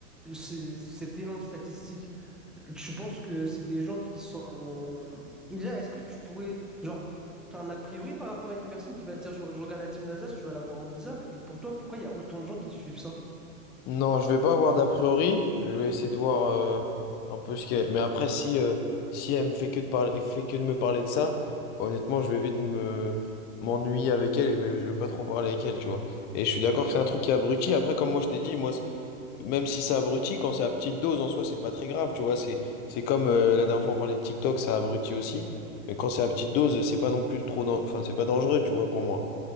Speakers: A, in the centre; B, on the left.
A: c'est- cet élan de statistique? Tu penses que c'est des gens qui sont. Déjà, est-ce que tu pourrais. Genre, t'as un a priori par rapport à une personne qui va te dire je, je regarde la team Nasdaq, tu vas la voir en bizarre. Et pour toi, pourquoi il y a autant de gens qui suivent ça?
B: Non, je vais pas avoir d'a priori, je vais essayer de voir euh, un peu ce qu'elle... Mais après, si, euh, si elle me fait que de parler, fait que de me parler de ça, bah, honnêtement, je vais vite me m'ennuyer avec elle et je vais, je vais pas trop parler avec elle, tu vois. Et je suis d'accord que c'est un truc qui abrutit. Après, comme moi je t'ai dit, moi, Même si ça abrutit, quand c'est à petite dose, en soi, c'est pas très grave, tu vois. C'est, c'est comme euh, la dernière fois on parlait de TikTok, ça abrutit aussi. Mais quand c'est à petite dose, c'est pas non plus trop, dan- enfin, c'est pas dangereux, tu vois, pour moi.